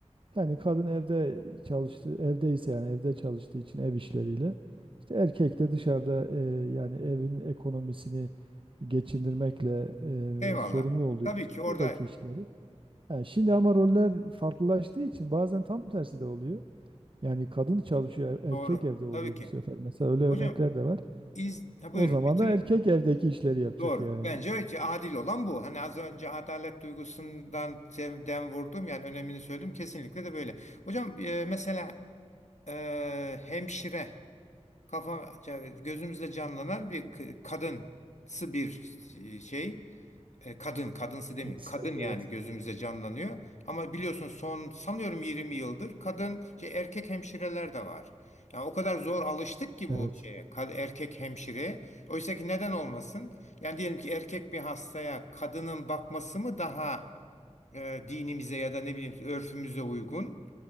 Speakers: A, on the right; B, on the left.
A: Yani kadın evde çalıştı, evdeyse yani evde çalıştığı için ev işleriyle. İşte erkek de dışarıda e, yani evin ekonomisini geçindirmekle e,
B: Eyvallah.
A: sorumlu olduğu
B: Tabii
A: için
B: ki orada
A: buradaki işleri. Yani şimdi ama roller farklılaştığı için bazen tam tersi de oluyor. Yani kadın çalışıyor, e-
B: doğru.
A: erkek evde oluyor
B: Tabii ki.
A: bu sefer. Mesela öyle örnekler
B: Hocam
A: de var.
B: İz, ha
A: O
B: buyurun
A: zaman
B: bitirin.
A: da erkek evdeki işleri yapacak
B: Doğru.
A: yani.
B: Bence adil olan bu. Hani az önce adalet duygusundan dem vurdum yani önemini söyledim. Kesinlikle de böyle. Hocam e, mesela e, hemşire kafa gözümüzde canlanan bir k- kadınsı bir e, şey. E, kadın, kadınsı demeyeyim.
A: Meslek,
B: Kadın yani
A: evet.
B: gözümüze canlanıyor. Ama biliyorsun son sanıyorum 20 yıldır kadın, şey, erkek hemşireler de var. Yani o kadar zor alıştık ki
A: Evet.
B: bu şeye, kad- erkek hemşire. Oysa ki neden olmasın? Yani diyelim ki erkek bir hastaya kadının bakması mı daha e, dinimize ya da ne bileyim örfümüze uygun?